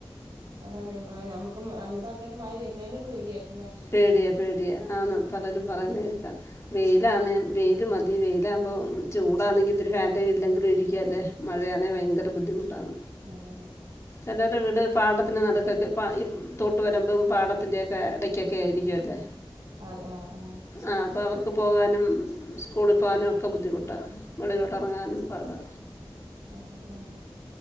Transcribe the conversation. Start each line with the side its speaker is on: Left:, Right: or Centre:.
Right: അതാണെ ആ ഞമ്മ <inaudible> അങ്ങൻത്ത ആൾക്കാർക്ക് മഴ വരുന്നത് പേടിയാരിക്കും -
Left: പേടിയ, പേടിയാ ആണ് പലരും
Right: ഇത്രയും
Left: പറയുന്ന കേൾക്കാം വെയിലാന്നെങ്കിൽ വെയില് മതി വെയിലാമ്പോ ചൂടാന്നെങ്കി ഇത്തിരി ഫാൻ്റ കീഴില്ലെങ്കിലും ഇരിക്കാല്ല മഴയാന്നെ ഭയങ്കര ബുദ്ധിമുട്ടാന്ന്
Right: അതാണ്
Left: ചെലര്ട വീട് പാടത്തിന് നട്ക്കൊക്കെ പാ ഇ തോട്ട് വരുമ്പും പാടത്തിന്റെ ഇടയ്ക്കു ഒക്കെ ആയിരിക്കുമല്ലേ
Right: അതെ ആഹ് ആഹ്
Left: ആ അപ്പൊ അവർ പോകാനും സ്കൂളിൽ പോകാനുമൊക്കെ ബുദ്ധിമൂട്ടാ വെളിയിലോട്ട് ഇറങ്ങാനും പാടാ
Right: <unintelligible> ആ ആ ആ